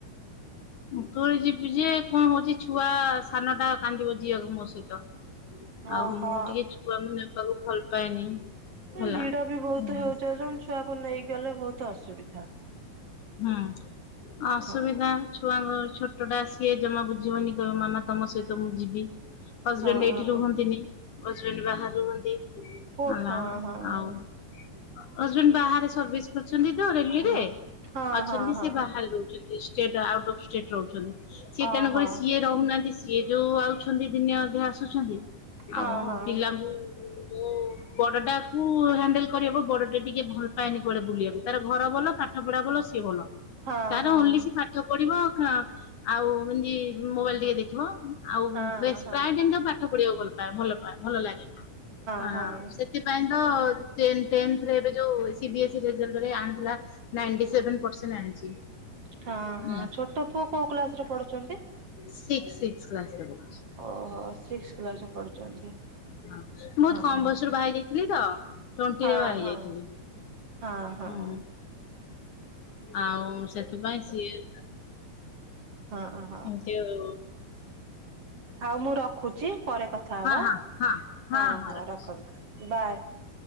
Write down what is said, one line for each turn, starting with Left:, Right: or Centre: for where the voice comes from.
Left: କକଇଁ ଯିବୁ ଯେ କ ହଉଛି ଛୁଆ ସାନ ଟା କାନ୍ଦିବ ଯିଆକୁ ମୋ ସହିତ। ଆଉ
Right: ଓହୋ।
Left: ମୁଁ ଟିକେ ଛୁଆଙ୍କୁ ନେବାକୁ ଭଲ ପାଏନି।
Right: ହେଁ
Left: ହେଲା।
Right: ଭିଡ ବି ବହୁତୁ
Left: ହୁଁ
Right: ହେଉଛି ଚ ଯୋଉ ଛୁଆକୁ ନେଇକି ଗଲେ ବହୁତୁ ଅସୁବିଧା।
Left: ହୁଁ। ଅସୁବିଧା।
Right: ହଁ
Left: ଛୁଆଙ୍କ ଛୋଟଟା ଆସି ଏ ଜମା ବୁଝିବନି କହିବ ମାମା ତମ ସହିତ ମୁଁ ଯିବି। ହଜବେଣ୍ଡ
Right: ହଁ ହଁ
Left: ଏଇଠି ରୁହନ୍ତିନି। ହଜବେଣ୍ଡ ବାହାରେ ରୁହନ୍ତି
Right: ଓ
Left: ହେଲା
Right: ହଁ ହଁ ହଁ।
Left: ଆଉ। ହଜବେଣ୍ଡ ବାହାରେ ସର୍ଭିସ କରିଛନ୍ତି ତ ରେଲିରେ।
Right: ହଁ
Left: ଅଛନ୍ତି
Right: ହଁ ହଁ
Left: ସେ ବାହାରେ ରହୁଛନ୍ତି ଷ୍ଟେଟ ଆଉଟ୍ ଅଫ୍ ଷ୍ଟେଟ ରହୁଛନ୍ତି। ସିଏ
Right: ଓହୋ
Left: ତେଣୁକରି ସିଏ ରହୁନାହାନ୍ତି ସିଏ ଯୋଉ ଆଉଛନ୍ତି ଦିନେ ଅଧେ ଆସୁଛନ୍ତି
Right: ହଁ
Left: ଆଉ
Right: ହଁ।
Left: ପିଲାଙ୍କୁ <inaudible> ବଡ ଟା କୁ ହ୍ୟାଣ୍ଡେଲ କରିହେବ ବଡ ଟା ଟିକେ ଭଲ ପାଏନି କୁଆଡେ ବୁଲିବାକୁ ତାର ଘର ଭଲ ପାଠ ପଢା ଭଲ ସିଏ ଭଲ।
Right: ହଁ
Left: ତାର
Right: ହଁ
Left: ଓର୍ଲି ସେ ପାଠ ପାଠ ପଡିବ ଖାଁ ଆଉ କେମିତି ମୋବାଇଲି ଟିକେ ଦେଖିବ। ଆଉ
Right: ହଁ ହଁ
Left: ବେଶ
Right: ହଁ
Left: ପ୍ରାୟ ଟାଇମି ତାକୁ ପାଠ ପଢିବାକୁ ଭଲ ପାଏ ଭଲ ପାଏ ଭଲ ଲାଗେ ହଁ
Right: ହଁ।
Left: ସେ। ସେଥିପାଇଁ ତ ଟେନେ ଟେନ୍ଥରେ ଏବେ ଯୋଉ ସି ବି ଏସ ରେଜଲ୍ଟରେ ଆଣିଥିଲା ନାଇଁଟି ସି ସେଭେନେ ପର୍ସେଣ୍ଟ ଆଣିଛି।
Right: ହଁ ହଁ
Left: ହେଲା
Right: ଛୋଟ ପୁଅ କୋଉ କ୍ଲାସ ରେ ପଢୁଛନ୍ତି?
Left: ସିକ୍ସି ସିକ୍ସି କ୍ଲାସ ରେ ପଢୁଛି।
Right: ଓହୋ ସିକ୍ସି କ୍ଲାସରେ ପଢୁଛନ୍ତି।
Left: ହଁ। ବହୁତୁ
Right: ହଁ
Left: କମ୍
Right: ହଁ
Left: ବୟସରୁ ବାହା ହେଇ ଯାଇଥିଲି ତ ଟ୍ୱେଣ୍ଟି
Right: ହଁ
Left: ରେ ବାହା ହେଇ
Right: ହଁ।
Left: ଯାଇଥିଲି।
Right: ହଁ ହଁ।
Left: ହୁଁ ଆଉ ସେଥିପାଇଁ ସିଏ
Right: ହଁ ହଁ।
Left: ଏମିତି ଆଉ।
Right: ଆଉ ମୁଁ ରଖୁଛି ପରେ କଥା ହବା।
Left: ହଁ ହଁ
Right: ହଁ ହଁ
Left: ରଖୁଛି
Right: ରଖନ୍ତୁ ବାଏ।